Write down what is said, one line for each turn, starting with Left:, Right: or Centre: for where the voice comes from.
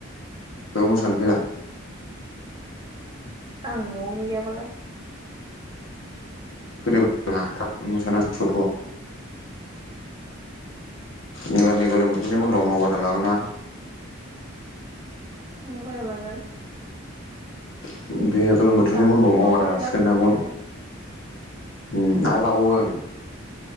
Left: बेयाव मोसानो फैला
Right: आं न'आवनो गैयाबालाय
Left: फैदो थाब मोसाथ' बिब <unintelligible> गोलोम बोथोरनि
Right: मालाबा
Left: बन्द'आव मावबादा लागोना
Right: मबेलाव लागोन।
Left: <unintelligible> गोलोम बोथोरनि
Right: दाखालि
Left: बन्द'आव
Right: मावबादा
Left: मावग्रा लासिगोन
Right: जाखांबायथ'
Left: ना बन्धु?
Right: आरो
Left: ओम आरो लाबावगोन।